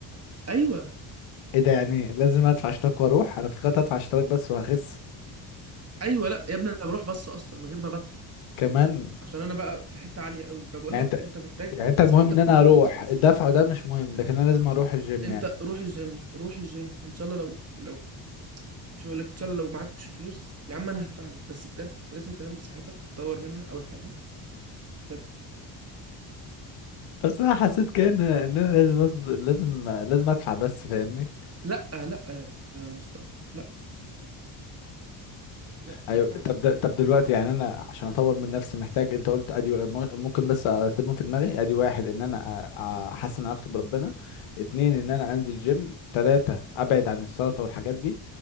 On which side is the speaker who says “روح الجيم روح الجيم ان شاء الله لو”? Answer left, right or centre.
Right